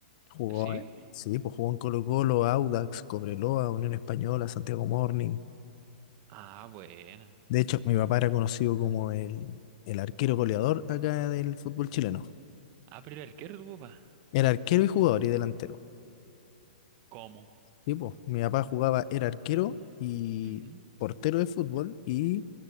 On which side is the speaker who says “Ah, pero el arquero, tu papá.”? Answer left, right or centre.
Right